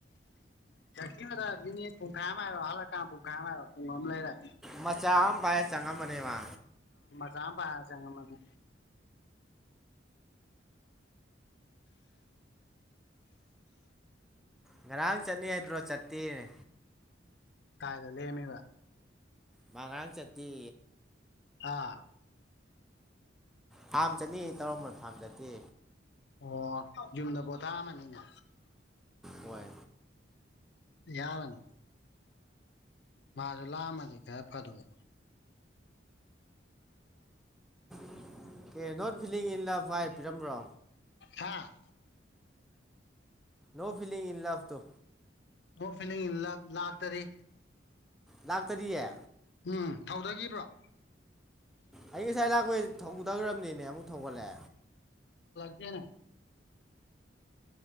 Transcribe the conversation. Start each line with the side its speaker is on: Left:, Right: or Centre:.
Left: ꯆꯗ ꯃꯤꯅꯤ ꯄꯨꯡꯈꯥꯏ ꯑꯃ ꯍꯥꯏꯔꯣ ꯍꯜꯂꯛ ꯀꯥ ꯄꯨꯡꯈꯥꯏꯝꯔꯣ ꯄꯨꯡ ꯑꯃ ꯂꯩꯔ
Centre: ꯃꯆꯥ ꯑꯃ ꯄꯥꯏ ꯆꯉ ꯃꯅꯦꯃ
Left: ꯄ ꯆꯉ ꯃꯅꯦ
Centre: ꯉꯔꯥꯡ ꯆꯠꯅꯤ ꯍꯥꯏꯗ꯭ꯔꯣ ꯆꯠꯇꯦꯅꯦ
Left: ꯀꯥꯏꯗ ꯂꯩꯃꯤꯕ
Centre: ꯃꯉꯥꯥꯡ ꯆꯠꯇꯦ
Left: ꯑꯥ
Centre: ꯐꯥꯝ ꯆꯠꯅꯤ ꯇꯧꯔꯝꯕ ꯐꯥꯝ ꯆꯠꯇꯦ
Left: ꯑꯣ ꯌꯨꯝꯗ ꯄꯣꯊꯥꯝꯃꯅꯤꯅꯦ
Centre: ꯍꯣꯏ
Left: ꯌꯥꯔꯅꯤ ꯃꯥꯁꯨ ꯂꯥꯛꯑꯃꯗꯤ ꯀ ꯐꯔꯒ
Centre: okay not feeling in the vibe ꯄꯤꯔꯝꯕ꯭ꯔꯣ
Left: ꯍꯥꯥ
Centre: ꯅꯣ ꯐꯤꯂꯤ ꯏꯟ ꯂꯚ ꯇꯣ
Left: ꯑꯣ ꯐꯤ ꯂꯥꯛꯇꯔꯤ
Centre: ꯗꯥꯛꯇꯔꯤꯌꯦ
Left: ꯎꯝ ꯊꯧꯗꯈꯤꯕ꯭ꯔꯣ
Centre: ꯑꯩ ꯉꯁꯥꯏ ꯂꯥꯛꯄꯣꯏ ꯊꯊꯈ꯭ꯔꯕꯅꯤꯅꯦ ꯑꯃꯨꯛ ꯊꯣꯛꯒꯠꯂꯦ
Left: ꯀꯅ